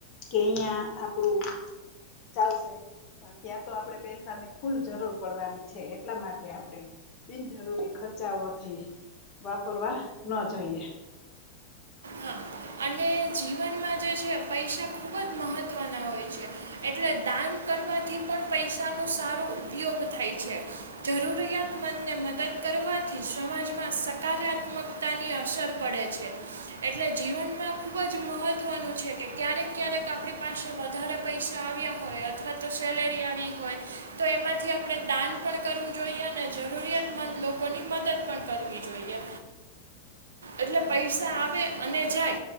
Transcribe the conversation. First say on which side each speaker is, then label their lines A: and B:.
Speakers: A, on the left; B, on the right.
A: કે <unintelligible> આપડું ચાલશે પણ ત્યાં તો આપડણે પૈસાની ફુલ જરૂર પડવાની છે એટલા માટે આપણે બિનજરૂરી ખર્ચાઓથી વાપરવા ન જોઈએ
B: હા અને જીવનમાં જે છે પૈસા ખૂબ જ મહત્ત્વના હોય છે એટલે દાન કરવાથી પણ પૈસાનો સારો ઉપયોગ થાય છે જરૂરિયાતમંદને મદદ કરવાથી સમાજમાં સકારાત્મકતાની અસર પડે છે એટલે જીવન માં ખૂબ જ મહત્વનું છે કે ક્યારેક ક્યારેક આપણી પાસે વધારે પૈસા આવ્યા હોય અથવા તો સેલેરિ આવી હોય તો એમાંથી આપણે દાન પણ કરવું જોઈએ અને જરૂરિયાતમંદ લોકો લોકોની મદદ પણ કરવી જોઈએ એટલે પૈસા
A: હા
B: આવે અને જાય